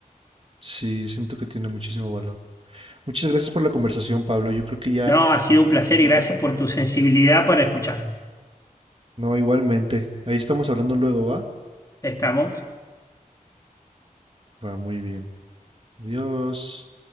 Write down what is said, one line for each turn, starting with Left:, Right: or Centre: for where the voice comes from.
Right: Sí, siento que tiene muchísimo valor. Muchas gracias por la conversación, Pablo. Yo creo que ya
Left: No, ha sido un placer
Right: me
Left: y
Right: voy
Left: gracias
Right: a retirar.
Left: por tu sensibilidad para escuchar.
Right: No, igualmente. Ahí estamos hablando luego, ¿va?
Left: Estamos.
Right: Va muy bien. Adiós.